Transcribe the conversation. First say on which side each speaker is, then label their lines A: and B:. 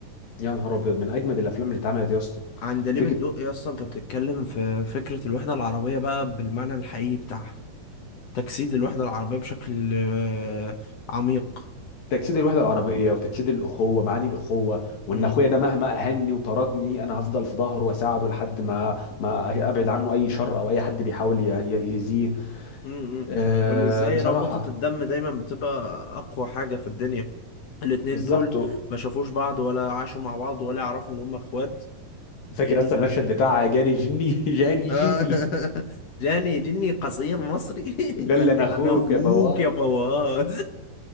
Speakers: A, on the left; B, on the left.
A: يا نهار ابيض من اجمد الافلام اللي اتعملت يا اسطى
B: عندليب
A: فكره
B: الدقي أصلا أنت بتتكلم في فكرة الوحدة العربية بقى بالمعنى الحقيقي بتاعها تجسيد الوحدة العربية بشكل آه، عميق
A: تجسيد الوحده العربيه وتجسيد الاخوه معاني الاخوه وان
B: آه،
A: اخويا ده مهما اهني وطردني انا هفضل في ظهره واساعده لحد ما ما ابعد عنه اي شر او اي حد بيحاول ي- ي- يأذيه
B: امم
A: آه
B: وان ازاي
A: بصراحه
B: رابطة الدم دايما بتبقى اقوى حاجة في الدنيا الاتنين
A: بالظبط
B: دول ما شافوش بعض ولا عاشوا مع بعض ولا يعرفوا ان هم اخوات
A: فاكر
B: الا
A: اصلا المشهد بتاع جاني جني <laughs> جاني
B: <laughs>
A: جني
B: جاني جني قصير مصري <laughs>
A: <laughs> قال
B: قال
A: لي
B: لي
A: انا اخوك
B: انا اخوك
A: يا فواز
B: يا فواز